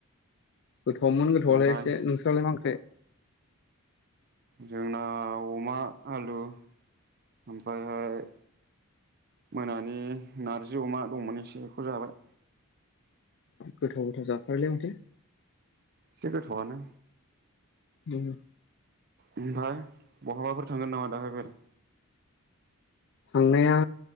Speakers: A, on the left (about 55°); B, on the right (about 45°).
A: गोथौआवमोन गोथावलाय
B: ओमफ्राय
A: एसे नोंसोरालाय मा ओंख्रि?
B: जोंना अमा आलु ओमफ्रायहाय मोनानि नारजि अमा दंमोन एसे बेखौ जाबाय।
A: गोथाव गोथाव जाथारलै माथो।
B: एसे गोथावानो
A: ओम
B: ओमफ्राय बहाबाफोर थांगोन नामा दाहायफोर?
A: थांनाया